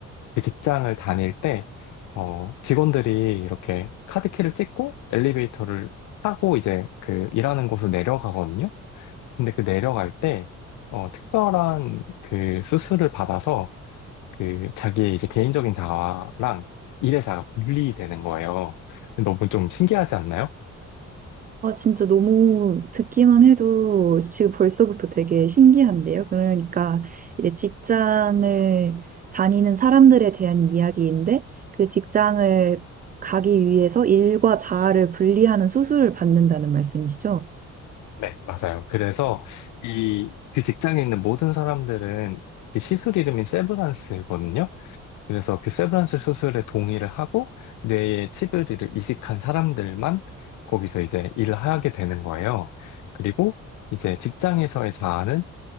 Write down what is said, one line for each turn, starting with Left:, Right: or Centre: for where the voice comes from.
Left: 그 직장을 다닐 때, 어, 직원들이 이렇게 카드키를 찍고 엘리베이터를 타고 이제 그 일하는 곳으로 내려가거든요. 근데 그 내려갈 때, 어, 특별한 그 수술을 받아서 그 자기의 이제 개인적인 자아랑 일의 자아가 분리되는 거예요. 너무 좀 신기하지 않나요?
Right: 아, 진짜 너무 듣기만 해도 지금 벌써부터 되게 신기한데요. 그러니까 이제 직장을 다니는 사람들에 대한 이야기인데 그 직장을 가기 위해서 일과 자아를 분리하는 수술을 받는다는 말씀이시죠?
Left: 네, 맞아요. 그래서 이 그 직장에 있는 모든 사람들은 그 시술 이름이 세브란스거든요. 그래서 그 세브란스 수술에 동의를 하고 뇌에 치을리를 이식한 사람들만 거기서 이제 일을 하게 되는 거예요. 그리고 이제 직장에서의 자아는